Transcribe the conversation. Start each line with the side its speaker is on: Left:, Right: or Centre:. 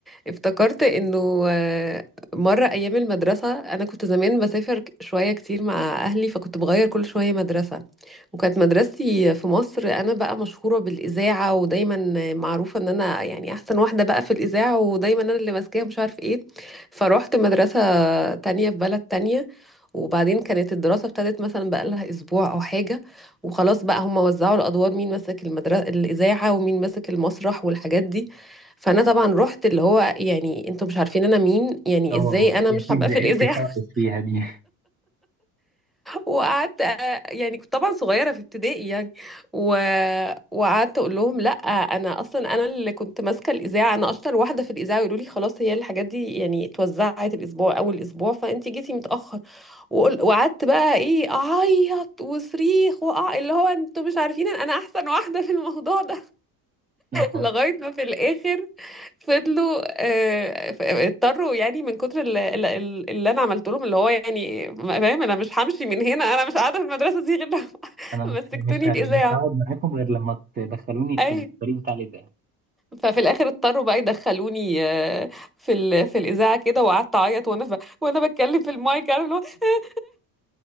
Centre: افتكرت انه آه، مرة ايام المدرسة انا كنت زمان بسافر ك- شوية كتير مع اهلي فكنت بغير كل شوية مدرسة وكانت مدرستي في مصر انا بقى مشهورة بالاذاعة ودايما معروفة ان انا يعني احسن واحدة بقى في الاذاعة ودايما انا اللي ماسكاها مش عارف ايه فروحت مدرسة تانية في بلد تانية وبعدين كانت الدراسة ابتدت مثلا بقالها أسبوع أو حاجة وخلاص بقى هم وزعوا الأدوار مين ماسك المدرسة الإذاعة ومين ماسك المسرح والحاجات دي فانا طبعا رحت اللي هو يعني انتوا مش عارفين انا مين يعني
Right: اه
Centre: ازاي
Right: ما انت
Centre: انا
Right: اكيد
Centre: مش هبقى
Right: زعلتي
Centre: في الاذاعه
Right: خالص
Centre: <laughs>
Right: فيها دي
Centre: وقعدت آه، يعني كنت طبعا صغيره في ابتدائي يعني و... وقعدت اقول لهم لا انا اصلا انا اللي كنت ماسكه الاذاعه انا اشطر واحده في الاذاعه يقولوا لي خلاص هي الحاجات دي يعني اتوزعت الاسبوع اول اسبوع فانت جيتي متاخر وقل... وقعدت بقى ايه اعيط وصريخ وأع... اللي هو انتوا مش عارفين انا احسن واحده في الموضوع ده
Right: اه
Centre: لغاية ما في الآخر فضلوا آه، ف- اضطروا يعني من كتر ال- ال- ال- اللي أنا عملت لهم اللي هو يعني فاهم أنا مش همشي من هنا أنا مش قاعدة في المدرسة دي غير لما
Right: انا
Centre: <laughs>
Right: مش
Centre: مسكتوني
Right: مش
Centre: الإذاعة
Right: مش هقعد معاكم غير لما تدخلوني في
Centre: أي
Right: الفريق بتاع الاذاعه
Centre: ففي الآخر اضطروا بقى يدخلوني آه، في ال... في الإذاعة كده وقعدت أعيط وأنا ف... وأنا بتكلم في المايك عارف اللي هو <laughs>